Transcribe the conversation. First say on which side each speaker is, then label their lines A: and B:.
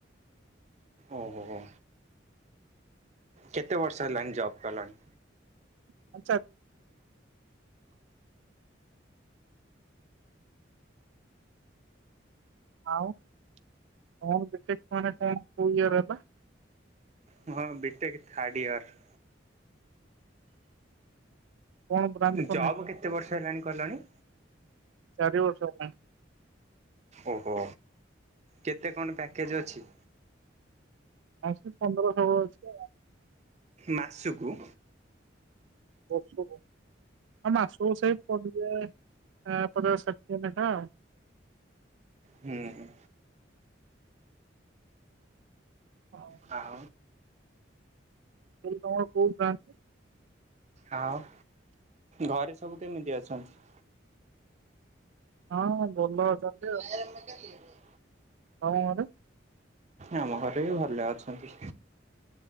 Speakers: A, on the right; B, on the right.
A: ଓ ହୋ ହୋ। କେତେ ବର୍ଷ ହେଲାଣି ଜବ୍ କଲଣି?
B: ୁ ଆଉ କଣ ବିଟେକ୍ ମାନେ କଣ କୋଉ ଇୟର ହେଲା?
A: ମୋର ବିଟେକ ଥାର୍ଡ଼ ଇୟର୍।
B: କଣ ବ୍ରାଞ୍ଚ କରିନେଇଥିଲ?
A: ଜବ୍ କେତେ ବର୍ଷ ହେଲାଣି କଲଣି?
B: ଚାରି ବର୍ଷ ହେଲା।
A: ଓହୋ କେତେ କଣ ପ୍ୟାକେଜ ଅଛି?
B: ଅଛି ପନ୍ଦର ଷୋହଳ ଅଛି ଆଉ
A: ମାସୁକୁ।
B: ବର୍ଷକୁ ଆଉ ମାସକୁ ସେଇ ପଡ଼ିଯାଏ ପଚାଶ ଷାଠିଏ ଲେଖା ଆଉ
A: ହୁଁଁ।
B: ହଁ।
A: ଆଉ
B: ସେ ତମର କୋଉ କାଷ୍ଟ?
A: ଆଉ ଘରେ ସବୁ କେମିତି ଅଛନ୍ତି?
B: ହଁ ଭଲ ଅଛନ୍ତି।
A: ନାଇରେ ମେକାନିକ୍।
B: ହଁ ତମ ଘରେ।
A: ଆମ ଘରେ ବି ଭଲ ଅଛନ୍ତି।